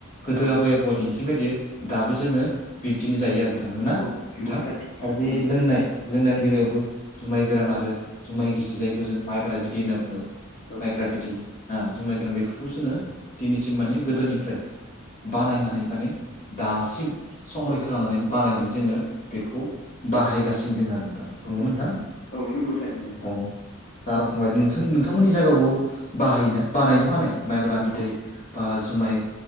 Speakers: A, on the left; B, on the left.
A: गोदो
B: औ
A: आबै आबौआ दि थबायदि दाबो जोङो बिब्दिनो जायो आरो नोंथां ना
B: औ
A: नोंथां
B: नंगौ थारैनो
A: आरो
B: नोंथां
A: बे
B: नों
A: लोंनाय लोंदानि बेलायावबो जुमाय गोरान आरो जुमाय गिसि जायखौ जों माइबारा बिदिै होनना बुङो
B: औ
A: माइब्रा
B: थारैनो
A: बिदि जुमाय गोरान बेफोरखौ जोङो दिनैसिम माने गोदोनिफ्राय बानायनानै माने दासिम संरैखा
B: औ
A: होननानै बानायनानै जोङो बेखौ बाहायगासिनो दं आरो नोंथां
B: औ
A: नंगौ नोंथां
B: औ नोंगौथायै नोंथां
A: औ जा रखम बाय नोंथ नोंथांमोननि जायगायावबो बाहायोना बानायनो बानाया माइब्रा बिदै
B: औ
A: बा जुमाय